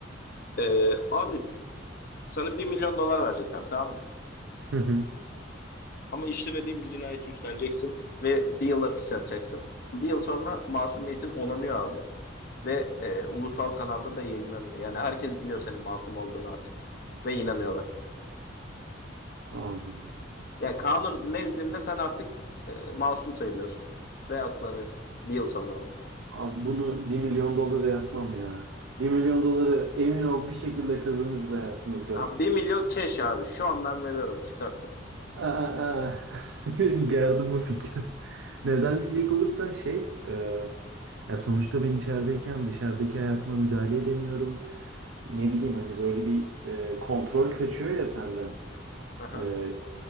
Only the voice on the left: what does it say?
Ee, abi sana bir milyon dolar verecekler tamam mı?
Ama işlemediğin bir cinayeti üstleneceksin ve bir yıl hapis yatacaksın. Bir yıl sonra masumiyetin onanıyor abi ve e, ulusal kanalda da yayınlanıyor. Yani herkes biliyor senin masum olduğunu artık ve inanıyorlar.
Yani kanun nezdinde sen artık e, masum sayılıyorsun ve aklanıyorsun bir yıl sonra ama.
Ha, 1 milyon cash abi şu an ben veriyorum çıkartıp.
Aha.